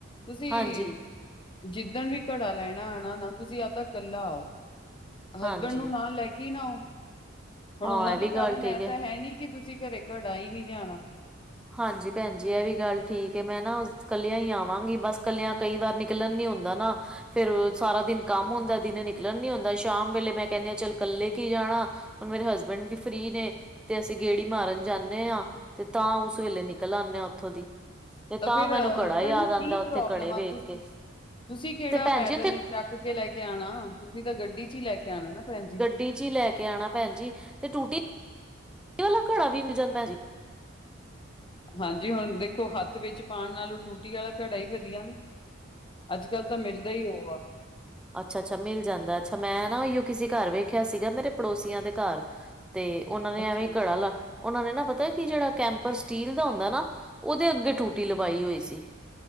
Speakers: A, on the left; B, in the centre.
A: ਤੁਸੀਂ
B: ਹਾਂਜੀ
A: ਜਿੱਦਣ ਵੀ ਘੜਾ ਲੈਣਾ ਆਣਾ ਨਾ, ਤੁਸੀਂ ਆਪ ਦਾ ਕੱਲਾ ਆਓ। ਹਸਬੈਂਡ
B: ਹਾਂਜੀ
A: ਨੂੰ ਨਾਲ ਲੈ ਕੇ ਈਨਾ ਆਓ, ਹੁਨ
B: ਹਾਂ
A: ਓਨਾਂ
B: ਇਹ ਵੀ
A: ਦੇ ਕਾਰਨ
B: ਗੱਲ ਠੀਕ
A: ਐ ਤਾਂ ਹੈ ਨੀ ਕੀ ਤੁਸੀਂ ਘਰੇ ਘੜਾ ਹੀ ਨੀਂ ਲਿਆਣਾ।
B: ਹਾਂਜੀ, ਭੈਣ ਜੀ ਐ ਵੀ ਗੱਲ ਠੀਕ ਐ, ਮੈਂ ਨਾ ਕੱਲਿਆਂ ਈ ਆਵਾਂਗੀ ਬਸ, ਕੱਲਿਆਂ ਕਈ ਵਾਰ ਨਿਕਲਨ ਨੀ ਹੁੰਦਾ ਨਾ। ਫੇਰ ਸਾਰਾ ਦਿਨ ਕੰਮ ਹੁੰਦਾ, ਦਿਨੇ ਨਿਕਲਣ ਨੀ ਹੁੰਦਾ। ਸ਼ਾਮ ਵੇਲੇ ਮੈਂ ਕੈਂਨੀ ਆ ਚੱਲ, ਕੱਲੇ ਕੀ ਜਾਣਾ। ਹੁਨ ਮੇਰੇ ਹਸਬੈਂਡ ਵੀ ਫ੍ਰਰੀ ਨੇ, ਤੇ ਅਸੀਂ ਗੇੜੀ ਮਾਰਨ ਜਾਨੇ ਆਂ, ਤੇ ਤਾਂ ਉਸ ਵੇਲੇ ਨਿਕਲ ਆਨੇ ਆਂ ਓਥੋ ਦੀ। ਤੇ
A: ਤ
B: ਤਾਂ
A: ਫਿਰ
B: ਮੈਨੂੰ ਘੜਾ
A: ਹਸਬੈਂਡ
B: ਯਾਦ
A: ਨੂੰ ਕੀ
B: ਆਂਦਾ ਉੱਥੇ
A: ਪ੍ਰੋਬਲਮ
B: ਘੜੇ
A: ਆ,
B: ਵੇਖ
A: ਤੁਸੀਂ
B: ਕੇ
A: ਤੁਸੀਂ ਕੇੜਾ
B: ਤੇ ਭੈਣ
A: ਪੈਦਲ
B: ਜੀ ਉੱਥੇ
A: ਚੱਕ ਕੇ ਲੈਕੇ ਆਣਾ, ਤੁਸੀਂ ਤਾਂ ਗੱਡੀ ਚ ਹੀ ਲੈਕੇ ਆਣਾ ਨਾ ਭੈਣ ਜੀ।
B: ਡੀ'ਚ ਲੈ ਕੇ ਆਣਾ ਭੈਣ ਜੀ, ਤੇ ਟੂਟੀ ਵਾਲਾ ਘੜਾ ਵੀ ਮਿਲ ਜਾਂਦਾ ਜੇ?
A: ਹਾਂਜੀ, ਹੁਨ ਦੇਖੋ ਹੱਥ ਵਿੱਚ ਪਾਣ ਨਾਲੋਂ, ਟੂਟੀ ਵਾਲਾ ਘੜਾ ਹੀ ਵਧੀਆ ਨਾ। ਅੱਜ ਕਲ ਤਾਂ ਮਿਲਦਾ ਈ, ਓ ਵਾ।
B: ਅੱਛਾ-ਅੱਛਾ, ਮਿਲ ਜਾਂਦਾ ਅੱਛਾ, ਮੈਂ ਨਾ ਓਈਯੋ ਕਿਸੇ ਘਰ ਵੇਖਿਆ ਸੀਗਾ ਮੇਰੇ ਪੜੋਸੀਆਂ ਦੇ ਘਰ। ਤੇ ਓਨਾਂ ਨੇ
A: ਅੱਛਾ
B: ਐਵੇਂ
A: ਜੀ,
B: ਘੜਾ ਲਾ ਓਨਾ ਨੇ ਨਾ ਪਤਾ, ਕਿ ਜੇੜਾ ਕੈਂਪਰ ਸਟੀਲ ਦਾ ਹੁੰਦਾ ਨਾ ਓਦੇ ਅੱਗੇ ਟੂਟੀ ਲਵਾਈ ਹੋਈ ਸੀ।